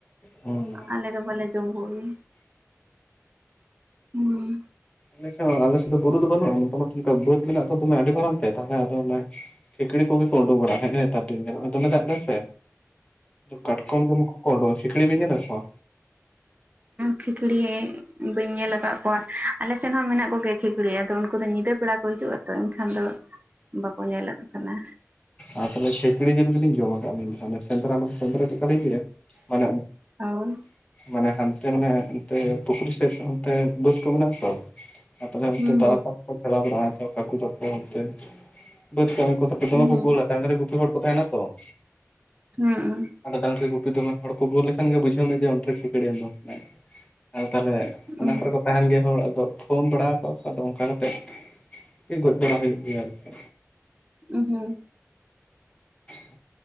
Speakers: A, on the left (about 25°); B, on the right (about 30°).
A: ᱦᱩᱸ
B: ᱟᱞᱮ ᱫᱚ ᱵᱟᱞᱮ ᱡᱚᱢ ᱠᱚᱜᱮ ᱦᱩᱸ᱾
A: ᱟᱞᱮ ᱥᱮᱫ ᱦᱚᱸ ᱟᱞᱮᱥᱮᱫ ᱫᱚ ᱵᱩᱨᱩ ᱫᱚ ᱵᱟᱹᱱᱩᱜ-ᱟ ᱢᱚᱴᱟᱢᱩᱴᱤ ᱚᱱᱠᱟ ᱵᱟᱹᱫᱽ ᱢᱮᱱᱟᱜ ᱫᱚ ᱫᱚᱢᱮ ᱟᱹᱰᱤ ᱢᱟᱨᱟᱨᱟᱝ ᱛᱮ ᱛᱟᱦᱚᱸᱞᱮ ᱟᱫᱚ ᱚᱱᱮ ᱠᱷᱮᱤᱠᱲᱤ ᱠᱚᱜᱮ ᱠᱚ ᱩᱰᱟᱹᱜ ᱵᱟᱲᱟ ᱠᱷᱟᱡ ᱦᱮᱸ ᱛᱟᱨ ᱫᱤᱱ ᱫᱚᱢᱮ ᱫᱟᱜ ᱮᱫᱟᱭ ᱥᱮ᱾ ᱫᱚ ᱠᱚᱴᱠᱚᱢ ᱫᱚ ᱢᱩᱠᱩ ᱠᱚ ᱳᱰᱳᱝ ᱠᱷᱤᱠᱚᱲᱤ ᱵᱤᱱ ᱧᱮᱞ ᱟᱠᱟᱫ ᱠᱚᱣᱟ?
B: ᱠᱷᱤᱠᱚᱲᱤ ᱵᱟᱹᱧ ᱧᱮᱞ ᱟᱠᱟᱫ ᱠᱚᱣᱟ᱾ ᱟᱞᱮ ᱥᱮᱫ ᱦᱚᱸ ᱢᱮᱱᱟᱜ ᱠᱚ ᱜᱮᱭᱟ ᱠᱷᱤᱠᱚᱲᱤ ᱟᱫᱚ ᱩᱱᱠᱩ ᱫᱚ ᱧᱤᱫᱟᱹ ᱵᱮᱲᱟ ᱠᱚ ᱦᱤᱡᱩᱜ-ᱟ ᱛᱚ ᱮᱱᱠᱷᱟᱱ ᱫᱚ ᱵᱟᱠᱚ ᱧᱮᱞᱮᱫ ᱠᱟᱱᱟ᱾
A: ᱟᱨ ᱛᱟᱦᱚᱸᱞᱮ ᱠᱷᱤᱠᱚᱲᱤ ᱡᱤᱞ ᱜᱮᱞᱤᱧ ᱡᱚᱢ ᱟᱠᱟᱫ-ᱟ ᱢᱮᱱ ᱥᱮᱸᱫᱽᱨᱟ ᱢᱟᱱᱮ ᱥᱮᱸᱫᱽᱨᱟ ᱪᱮᱫ ᱞᱮᱠᱟ ᱞᱤᱧ ᱞᱟᱹᱭᱟ ᱢᱟᱱᱮ
B: ᱦᱳᱭ
A: ᱢᱟᱱᱮ ᱦᱟᱸᱱᱛᱮ ᱢᱟᱱᱮ ᱚᱱᱛᱮ ᱯᱩᱠᱷᱨᱤ ᱥᱮᱫ ᱚᱱᱛᱮ ᱵᱟᱹᱫᱽ ᱠᱚ ᱢᱮᱱᱟᱜ ᱟᱛᱚ᱾ ᱟᱨ ᱛᱟᱦᱚᱸᱞᱮ
B: ᱦᱩᱸ
A: ᱚᱱᱛᱮ ᱫᱟᱫᱟ ᱛᱟᱠᱚ ᱪᱟᱞᱟᱣ ᱵᱟᱲᱟᱜ-ᱟᱚ ᱠᱟᱠᱩ ᱛᱠᱚ ᱚᱱᱛᱮ <unintelligible> ᱰᱟᱹᱝᱨᱤ
B: ᱦᱩᱸ
A: ᱜᱩᱯᱤ ᱦᱚᱲ ᱠᱚ ᱛᱟᱦᱮᱸᱱᱟ ᱛᱚ᱾
B: ᱦᱩᱸ
A: ᱟᱫᱚ ᱰᱟᱹᱝᱨᱤ ᱜᱩᱯᱤ ᱫᱚ ᱢᱮ ᱦᱚᱲ ᱠᱚ ᱜᱳᱞ ᱞᱮᱠᱷᱟᱱ ᱜᱮ ᱵᱩᱡᱷᱟᱹᱣ ᱢᱮ ᱡᱮ ᱚᱱᱛᱮ ᱠᱷᱤᱠᱚᱲᱤ ᱩᱰᱩᱝ ᱠᱟᱱᱟᱭ ᱟᱨ ᱛᱟᱦᱚᱸᱞᱮ ᱾
B: ᱦᱩᱸ
A: ᱚᱱᱟ ᱠᱚᱨᱮ ᱠᱚ ᱛᱟᱦᱮᱸᱱ ᱜᱮᱭᱟ ᱦᱚᱲ ᱟᱫᱚ ᱯᱷᱳᱱ ᱵᱟᱲᱟᱣᱟ ᱠᱚᱣᱟ ᱠᱚ ᱟᱫᱚ ᱚᱱᱠᱟ ᱠᱟᱛᱮᱜ ᱜᱚᱡ ᱵᱟᱲᱟ ᱦᱩᱭᱩᱜ ᱜᱮᱭᱟ ᱟᱨᱠᱤ᱾
B: ᱩ ᱦᱩᱸ
A: <unintelligible> <inaudible>